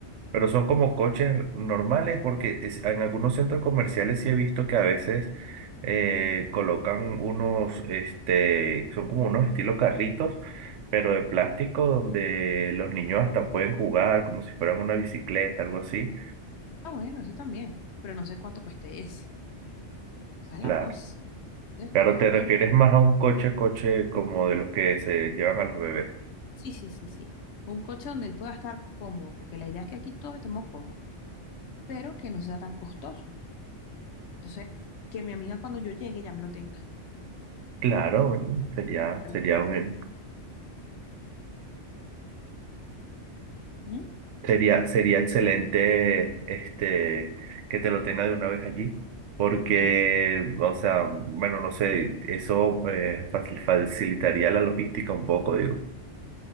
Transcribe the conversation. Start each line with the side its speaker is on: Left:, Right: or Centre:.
Right: Pero son como coches normales porque es- en algunos centros comerciales sí he visto que a veces eh, colocan unos, este, son como unos estilo carritos, pero de plástico donde los niños hasta pueden jugar como si fueran una bicicleta, algo así.
Left: Ah, bueno, eso también, pero no sé cuánto cueste ese. Esa es
Right: Claro.
Left: la cosa. ¿ves?
Right: Claro, te refieres
Left: No,
Right: más a un coche, coche como de los que se llevan a los bebés.
Left: sí, sí, sí, sí. Un coche donde él pueda estar cómodo, porque la idea es que aquí todos estemos cómodos, pero que no sea tan costoso. Entonces, que mi amiga cuando yo llegue ya me lo tenga.
Right: Claro, bueno, sería,
Left: Perdón.
Right: sería un,
Left: ¿Mm?
Right: Sería, sería excelente este, que te lo tenga de una vez allí, porque,
Left: Eh,
Right: o sea, bueno, no sé, eso eh, facil- facilitaría la logística un poco, digo.